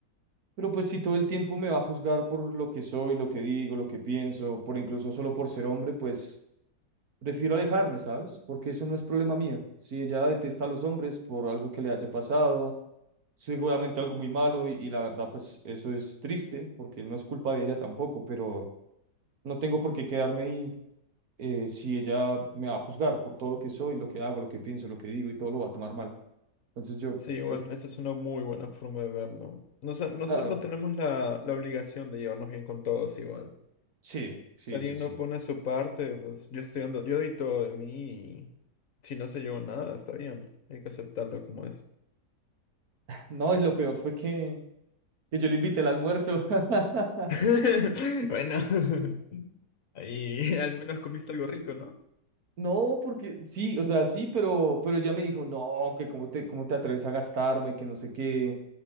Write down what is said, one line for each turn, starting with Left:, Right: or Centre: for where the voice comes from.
Right: Pero pues si todo el tiempo me va a juzgar por lo que soy, lo que digo, lo que pienso, por incluso solo por ser hombre, pues prefiero alejarme, ¿sabes? Porque eso no es problema mío. Si ella detesta a los hombres por algo que le haya pasado, seguramente algo muy malo y, y la verdad pues eso es triste porque no es culpa de ella tampoco, pero no tengo por qué quedarme ahí eh, si ella me va a juzgar por todo lo que soy, lo que hago, lo que pienso, lo que digo y todo lo va a tomar mal. Entonces yo
Left: Sí, bueno,
Right: prefiero,
Left: esta es una muy buena forma de verlo. No sé, nosotros
Right: claro,
Left: no tenemos la, la obligación de llevarnos bien con todos igual.
Right: sí, sí,
Left: Si alguien
Right: sí, sí.
Left: no pone su parte, pues yo estoy dando, yo di todo de mí y si no se llevó nada, está bien. Hay que aceptarlo como es.
Right: No, y lo peor fue que, que yo le invité al almuerzo. <laughs>
Left: <laughs> Bueno, <laughs> ahí al menos comiste algo rico, ¿no?
Right: No, porque sí, o sea, sí, pero, pero ella me dijo, no, que cómo te, cómo te atreves a gastarme, que no sé qué,